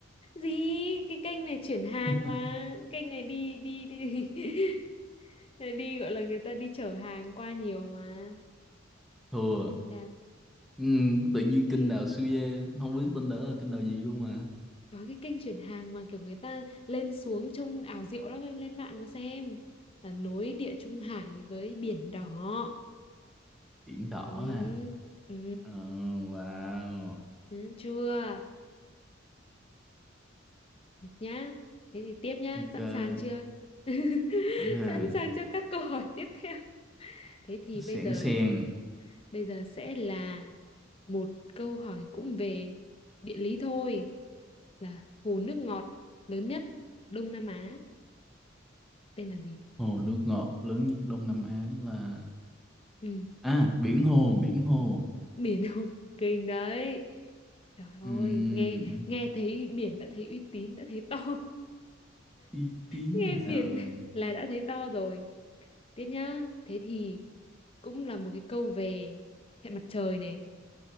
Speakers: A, on the left; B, in the centre.
A: Gì? Cái kênh này chuyển hàng
B: <laughs>
A: mà, kênh này đi đi đi <laughs> đi gọi là người ta đi chở hàng qua nhiều mà.
B: thua
A: Kênh Đào.
B: Ừm, tự nhiên
A: Ừ,
B: kênh đào xuê không biết tên đó là kinh đào gì luôn mà
A: có cái kênh chuyển hàng mà kiểu người ta lên xuống trông ảo diệu lắm em lên mạng mà xem là nối Địa Trung Hải với Biển Đỏ.
B: biển đỏ
A: Ừ,
B: à
A: ừ,
B: Ờ, wow
A: ừ, chưa? Được nhá. Thế thì tiếp nhá,
B: ok
A: sẵn sàng chưa? <laughs>
B: tận hàng
A: Sẵn sàng cho các câu hỏi tiếp theo. Thế thì bây
B: sẻn
A: giờ
B: sèn
A: bây giờ sẽ là một câu hỏi cũng về địa lý thôi, là hồ nước ngọt lớn nhất Đông Nam Á tên là gì?
B: hồ nước ngọt lớn nhất Đông Nam Á là
A: Ừ,
B: à biển hồ biển hồ
A: biển Hồ Kinh đấy. Trời ơi,
B: Ừm,
A: nghe nghe thấy biển đã thấy uy tín, đã thấy to. <laughs>
B: uy tín
A: Nghe biển
B: rồi
A: là đã thấy to rồi. Tiếp nhá. Thế thì cũng là một cái câu về hệ mặt trời này